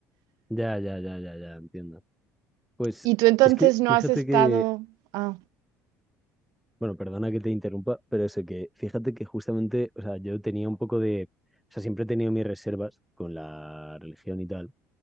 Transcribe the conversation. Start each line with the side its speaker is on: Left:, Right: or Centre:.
Centre: Ya, ya, ya, ya, ya, entiendo. Pues
Right: ¿Y tú entonces
Centre: es que fíjate
Right: no has estado...
Centre: que
Right: Ah.
Centre: Bueno, perdona que te interrumpa, pero eso que, fíjate que justamente, o sea, yo tenía un poco de, o sea, siempre he tenido mis reservas con la religión y tal,